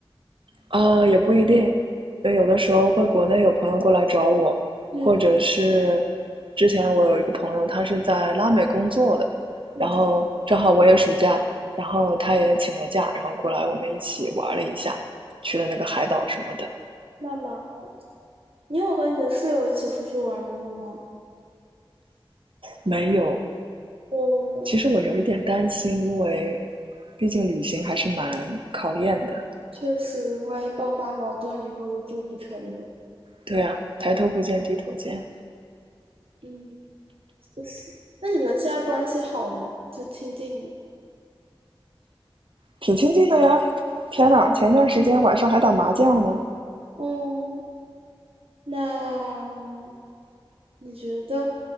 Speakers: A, on the right (about 65°); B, on the right (about 80°).
A: 啊，也不一定，因为有的时候会国内有朋友过来找我，
B: 嗯，
A: 或者是之前我有一个朋友，他是在拉美工作的，
B: 你可以
A: 然后正好我也暑假，然后他也请了假，然后过来我们一起玩了一下，去了那个海岛什么的。
B: 那吗？你有和你的室友一起出去玩过吗？
A: 没有，
B: 我
A: 其实我有一点担心，因为毕竟旅行还是蛮考验的。
B: 确实，万一爆发矛盾以后就住不成了。
A: 对啊，抬头不见低头见，
B: 嗯，就是。那你们现在关系好吗？就亲近吗？
A: 挺亲近的呀。天呐，前一段时间晚上还打麻将呢。
B: 嗯，那你觉得